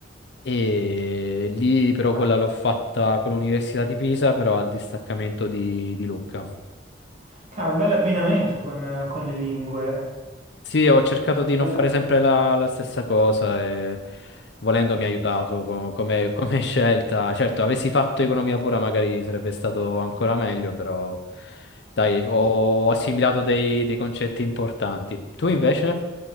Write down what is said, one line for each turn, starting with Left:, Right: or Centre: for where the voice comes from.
Left: E lì però
Right: Ah,
Left: quella l'ho fatta con l'Università di Pisa, però al distaccamento di, di Lucca.
Right: ca- un bel abbinamento con, eh, con le lingue.
Left: Sì, ho cercato di non
Right: Bella-
Left: fare sempre la, la stessa cosa e volendo mi ha aiutato co- come, come <laughs> scelta. Certo, avessi fatto economia pura magari sarebbe stato ancora meglio, però dai, ho assimilato dei, dei concetti importanti. Tu invece?